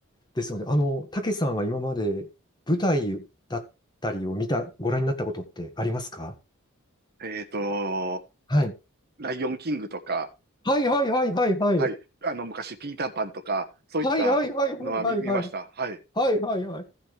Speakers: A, on the left; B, on the right.
A: ですので、あの、たけさんは今まで舞台だったりを見た、ご覧になったことってありますか
B: えっと、
A: はい。
B: ライオンキングとか、
A: はいはいはいはいはい。
B: はい、あの、昔、ピーターパンとか、そういったのは見、
A: はいはいはいはいはいはい。
B: 見ました。はい、
A: はいはいはい。い